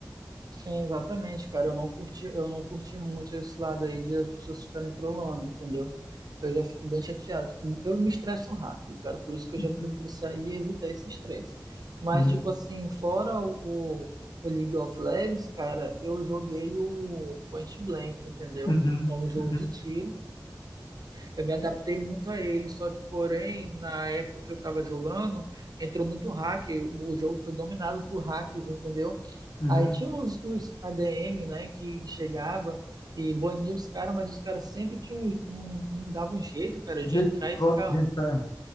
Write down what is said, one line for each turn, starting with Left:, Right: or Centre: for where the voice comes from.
Right: Sim, exatamente, cara. Eu não curti, eu não curti muito esse lado aí de as pessoas ficarem trolando, entendeu? Eu já fico bem chateado. fico- Eu me estresso rápido, cara. Por isso que
Left: Uhum,
Right: eu já prefiro sair e evitar esse estresse. Mas,
Left: uhum,
Right: tipo assim, fora o, o o League of Legends, cara, eu joguei o Point Blank, entendeu?
Left: uhum,
Right: É um jogo
Left: uhum,
Right: de tiro. Eu me adaptei muito a ele, só que, porém, na época que eu estava jogando, entrou muito hack, o jogo foi dominado por hacks, entendeu?
Left: uhum.
Right: Aí tinha os, os ADM, né, que chegava e bania os caras, mas os caras sempre tinham um, um, um- dava um jeito, cara, de
Left: Gente,
Right: entrar
Left: de
Right: e
Left: volta
Right: ficar,
Left: de entrar.